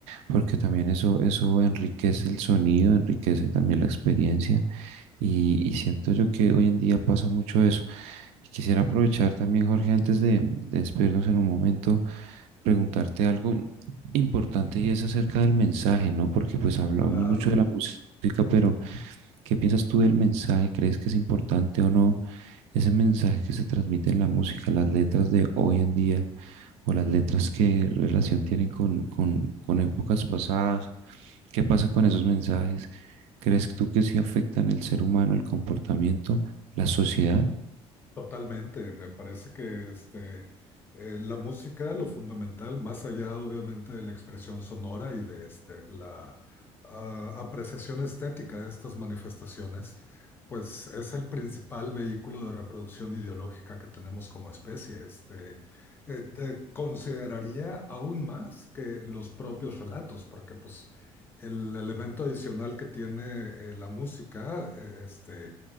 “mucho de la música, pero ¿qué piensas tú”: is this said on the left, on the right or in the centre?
Right